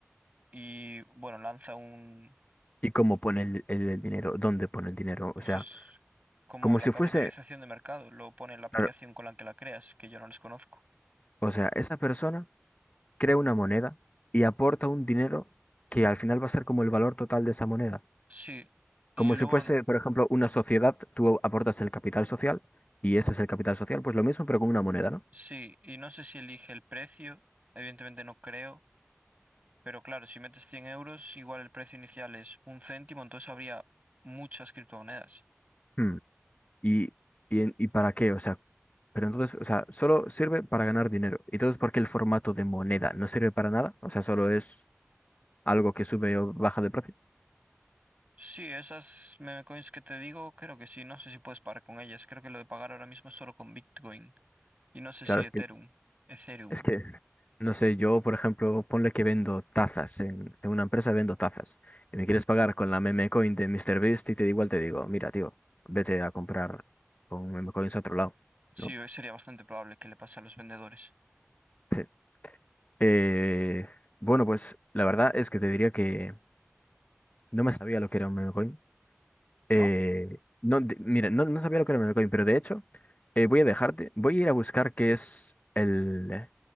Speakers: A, on the right; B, on the left.
A: y, bueno, lanza un,
B: ¿Y cómo pone el, el- el dinero? ¿Dónde pone el dinero?
A: pues
B: O sea,
A: es como
B: como
A: la
B: si
A: capitalización
B: fuese...
A: de mercado, lo pone en la aplicación
B: claro,
A: con la que la creas, que yo no les conozco.
B: O sea, esa persona crea una moneda y aporta un dinero que al final va a ser como el valor total de esa moneda.
A: Sí, y
B: Como
A: luego,
B: si fuese, por ejemplo, una sociedad, tú aportas el capital social y ese es el capital social, pues lo mismo, pero con una moneda, ¿no?
A: sí, y no sé si elige el precio, evidentemente no creo, pero claro, si metes 100 euros, igual el precio inicial es un céntimo, entonces habría muchas criptomonedas.
B: Hmm, ¿Y, y, en- y para qué? O sea, pero entonces, o sea, solo sirve para ganar dinero. ¿Y entonces por qué el formato de moneda no sirve para nada? O sea, solo es algo que sube o baja de precio.
A: Sí, esas meme coins que te digo, creo que sí. No sé si puedes pagar con ellas. Creo que lo de pagar ahora mismo es solo con Bitcoin. Y no sé
B: Claro,
A: si
B: es
A: Ethereum.
B: que,
A: Ethereum.
B: es que, no sé, yo, por ejemplo, ponle que vendo tazas, en, en una empresa vendo tazas, y me quieres pagar con la meme coin de MrBeast y te digo, igual te digo, mira, tío, vete a comprar con meme coins a otro lado.
A: Sí,
B: ¿no?
A: sería bastante probable que le pase a los vendedores.
B: Sí. Eh, bueno, pues la verdad es que te diría que no me sabía lo que era un meme coin. Eh,
A: ¿No?
B: no, de- mira, no, no sabía lo que era un meme coin, pero de hecho eh, voy a dejarte, voy a ir a buscar qué es el...